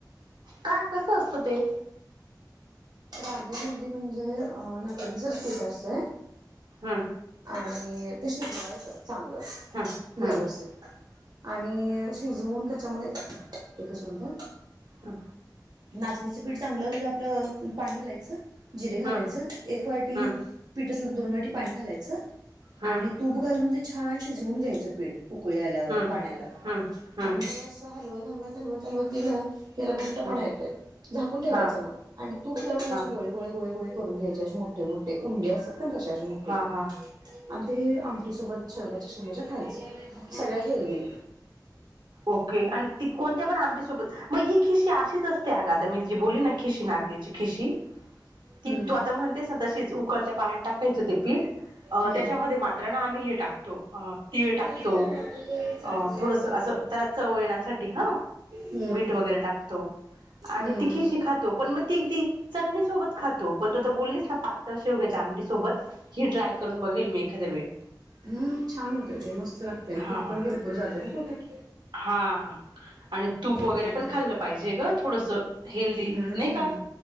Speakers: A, on the right; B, on the right.
A: काय कसं असतं ते?
B: रागीमुद्दी म्हणजे नाकनीचच पीठ असतंय.
A: हम्म.
B: आणि ते शिजवायचं. चांगलं
A: हम्म
B: व्यवथित
A: हम्म
B: आणि शिजऊन. त्याच्यामध्ये एकच मिनटं.
A: हम्
B: नाचणीचं पीठ चांगलं म्हणजे आपलं पाणी घालायचं जिरे
A: हम्म
B: घालायचं एक वाटी
A: हम्म हम्म
B: पिठतलं दोन वाटी पाणी घालायचं
A: हम्म
B: आणि तूप घालून ते छान शिजवून घ्यायचं पीठ उकळी आल्यावर
A: हम्म हम्म
B: पाण्याला
A: हम्म हम्म
B: आणि मग असं हलवत हलवत हलवत हलवत गेलं त्याला घट्टपणा
A: हम्म
B: येतोय झाकून ठेवायचं
A: हा
B: मग आणि तूप लावून त्याचे
A: हा
B: गोळे गोळे गोळे गोळे करून घ्यायचे. असे मोठे मोठे उंडे असतात कणी तसे असे मोठे.
A: हा हा
B: आणि ते आमटी सोबत शेवग्याच्या शेवगायच्या खायचं सगळ्यात हेल्दी.
A: ओके आणि ती कोणत्या पण आमटीसोबत मग ही खिशी अशीच असते अ ग आता मी जी बोलली ना खिशी नागलीची खिशी. ती
B: हम्म
A: तू आता म्हणतेस ना तशीच उकळत पाण्यात टाकायचं ते पीठ. अ
B: हम्म.
A: त्याच्यामध्ये मात्र ना आम्ही हे टाकतो अ तीळ
B: मला
A: टाकतो.
B: तर लागले चटचट
A: अ थोडस असं त्याला चव येण्यासाठी
B: हम्म
A: मीठ वगैरे टाकतो आणि
B: हम्म.
A: ती खिशी खातो. पण मग ती ति चटणी सोबत खातो पण तू बोलली ना पातळ शेवग्याच्या आमटी सोबत ही ट्राय करून बघेल मी एखाद वेळी.
B: हं छान होते मस्त लागते आणि
A: हा
B: तूप पण भरपूर जाते ना पोटात.
A: हा. आणि तूप वगैरे
B: त्यामुळे
A: पण खाल्लं पाहिजे ग थोडसं हेल्दी
B: हम्म
A: नाही का.